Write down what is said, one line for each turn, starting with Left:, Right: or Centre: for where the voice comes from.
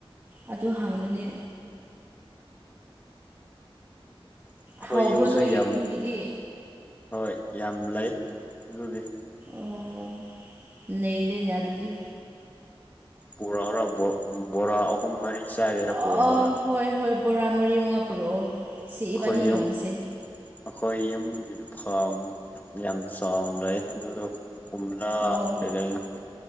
Right: ꯑꯗꯨ ꯍꯡꯕꯅꯦ
Left: ꯑꯩꯈꯣꯏ
Right: ꯍꯥꯎꯕ꯭ꯔꯣ
Left: ꯌꯨꯝꯁꯨ
Right: ꯅꯣꯏꯒꯤ
Left: ꯌꯥꯝ
Right: ꯈꯨꯟꯒꯤꯗꯤ
Left: ꯍꯣꯏ ꯌꯥꯝ ꯂꯩ ꯑꯗꯨꯗꯤ
Right: ꯑꯣ ꯅꯩꯔꯦꯅꯦ ꯑꯗꯨꯗꯤ
Left: ꯄꯨꯔꯛꯎꯔ ꯕꯣꯔꯥ ꯑꯍꯨꯝ ꯃꯔꯤ ꯆꯥꯒꯦꯔ
Right: ꯑꯥ
Left: ꯄꯨꯔꯛꯎꯔ
Right: ꯍꯣꯏ ꯍꯣꯏ ꯕꯣꯔꯥ ꯃꯔꯤ ꯃꯉꯥ ꯄꯨꯔꯛꯑꯣ ꯁꯤ
Left: ꯑꯩꯈꯣꯏ
Right: ꯏꯕꯥꯅꯤ
Left: ꯌꯨꯝ
Right: ꯌꯣꯟꯁꯦ
Left: ꯑꯩꯈꯣꯏ ꯌꯨꯝꯒꯤ ꯐꯥꯝ ꯌꯥꯝ ꯆꯥꯎꯅ ꯂꯩ ꯑꯗꯨꯗ ꯀꯣꯝꯂꯥ
Right: ꯑꯣ
Left: <unintelligible>